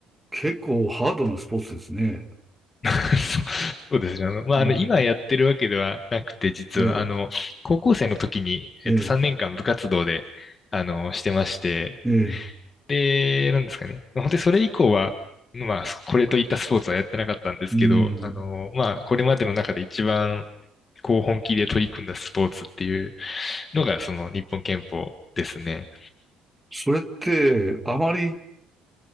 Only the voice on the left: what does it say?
そうそうですね。あの、まあ、
あの、今やってるわけではなくて、実は、
あの、高校生の時に、
えっと、3年間部活動で、あの、してまして、
で、なんですかね。まあ本当にそれ以降は、まあ、これといったスポーツはやってなかったんですけど、
あの、まあ、これまでの中で一番、こう、本気で取り組んだスポーツっていうのが、その、日本拳法ですね。